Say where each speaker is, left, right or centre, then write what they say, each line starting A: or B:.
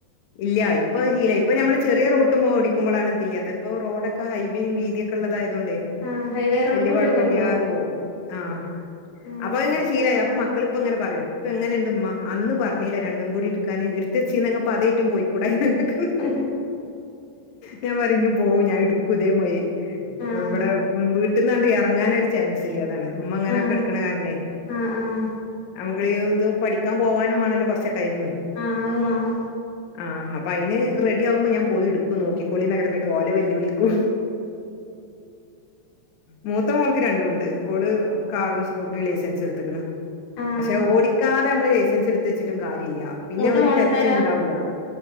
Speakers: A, on the left; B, on the left.
A: ഇല്ല്യ ഇപ്പ ഇല്ല ഇപ്പ ഞമ്മള് ചെറിയ റോട്ട്മ്മെ ഓടിക്കുമ്പളാണ് ഇതില്ലാത്തെ ഇപ്പൊ റോഡൊക്കെ ഹൈവേം വീതി ക്കെള്ളതായൊണ്ടേ
B: ആഹ് ഹൈവേ റോഡ്
A: വല്യ
B: കൂടിയൊക്കെ
A: കൊഴപ്പല്ല്യാതെ
B: ഓട്ടോ
A: പോവും ആഹ്
B: ആഹ്
A: അപ്പത് ഇങ്ങനെ ശീലായി അപ്പൊ മക്കളിപ്പങ്ങനെ പറിം ഇപ്പൊ എങ്ങനെണ്ട്മ്മാ അന്ന് പറഞ്ഞിലേ രണ്ടുകൂടിട്ക്കാന് ഇട്ത്തെച്ചീന്നെങ്ങ്പ്പോ അതേറ്റും പോയിക്കൂടായിനൊ നിങ്ങക്ക്
B: ഉ
A: ഞാൻ പറിം ഇഞ്ഞ് പോവും ഞാൻ ഇട്ക്കും ഇതേമാതിരി
B: ആഹ്
A: ഇബടെ വീട് ട്ട്ന്നാണ്ട് എറങ്ങാനൊരു ചാൻസ് ഇല്ല അതാണ് ഇമ്മ ഇങ്ങനെ
B: ആഹ്
A: കേട്ക്ക്ണ കാരണേ
B: ആഹ് ആഹ്
A: നമ് <unintelligible> ഇത് പഠിക്കാൻ പോവാനും മാണല്ലോ കൊറച്ചോര് ടൈമ്
B: ആഹ് അത് മാണം
A: ആഹ് അപ്പയിന് റെഡിയാവുമ്പോ ഞാൻ പോയിട്ക്കും നോക്കിക്കൊളിന്നറ്ഞ്ഞിട്ട് ഓലെ വെല്ലുവിളിക്കും മൂത്ത മൊള്ക്ക് രണ്ടുണ്ട് ഓള് കാറും സ്കൂട്ടിയും ലൈസൻസ്ട്ത്ത്ക്ക്ണ്
B: ആഹ്
A: പക്ഷെ ഓടിക്കാതെ നമ്മള് ലൈസൻസ് ഇട്ത്തെച്ചിട്ടും കാര്യല്ല പിന്നെ
B: മൂത്ത
A: ഒരു
B: മോള്
A: ടച്ച്ണ്ടാവൂല
B: എത്രേലാ